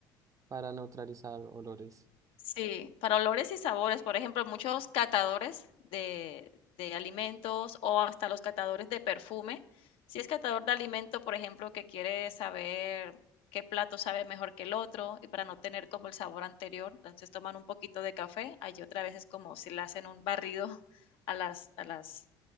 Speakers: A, on the right; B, on the left.
A: para neutralizar olores.
B: Sí, para olores y sabores, por ejemplo, muchos catadores de de alimentos o hasta los catadores de perfume. Si es catador de alimento, por ejemplo, que quiere saber qué plato sabe mejor que el otro y para no tener como el sabor anterior, entonces toman un poquito de café. Allí otra vez es como si le hacen un barrido a las a las